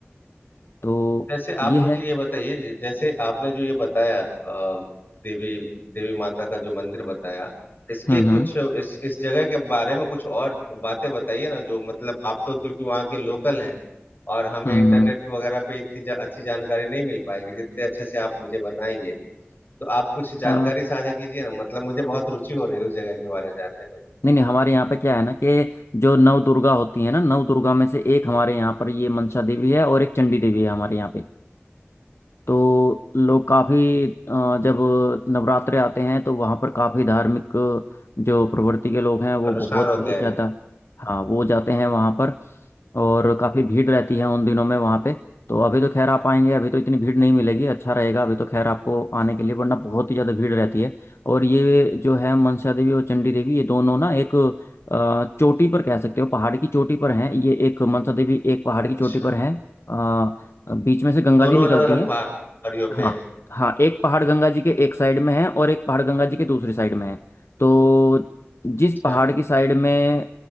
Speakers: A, on the left; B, on the left.
A: तो
B: जैसे
A: ये
B: आप मुझे
A: है
B: ये बताइए ज- जैसे आपने जो ये बताया अ, देवी देवी माता का जो मंदिर बताया इसके
A: हम्म
B: कुछ
A: हम्म
B: इस इस जगह के बारे में कुछ और बातें बताइए ना जो मतलब आप तो क्योंकि वहाँ के लोकल हैं और हमें
A: हम्म
B: इंटरनेट
A: हम्म।
B: वगैरह पे इतनी जा, अच्छी जानकारी नहीं मिल पाएगी जितने अच्छे से आप मुझे बताएंगे तो आप कुछ जानकारी
A: अ,
B: साझा कीजिए ना मतलब मुझे बहुत रुचि हो रही है उस जगह के बारे में जानने में
A: नहीं नहीं हमारे यहाँ पे क्या है ना कि जो नव दुर्गा होती है ना नव दुर्गा में से एक हमारे यहाँ पर ये मनसा देवी है और एक चंडी देवी है हमारे यहाँ पे तो लोग काफ़ी जब नवरात्रे आते हैं तो वहाँ पर काफ़ी धार्मिक जो प्रवृत्ति के लोग हैं वो
B: अनुष्ठान
A: बहुत
B: होते
A: ही
B: हैं
A: ज़्यादा हाँ वो जाते हैं वहाँ पर और काफ़ी भीड़ रहती है उन दिनों में वहाँ पे तो अभी तो खैर आप आएंगे अभी तो इतनी भीड़ नहीं मिलेगी अच्छा रहेगा अभी तो खैर आपको आने के लिए वरना बहुत ही ज़्यादा भीड़ रहती है और ये जो है मनसा देवी और चंडी देवी ये दोनों ना एक अ, चोटी पर कह सकते हो पहाड़ की चोटी पर हैं ये एक मनसा देवी एक पहाड़
B: अच्छा
A: की चोटी पर है अ, बीच में से गंगा
B: दोनों
A: जी निकलती
B: अलग अलग
A: हैं
B: पहाड़ियों
A: हाँ
B: पे हैं
A: हाँ एक पहाड़ गंगा जी के एक साइड में है और एक पहाड़ गंगा जी के दूसरी साइड में है तो जिस
B: अच्छा
A: पहाड़ की साइड में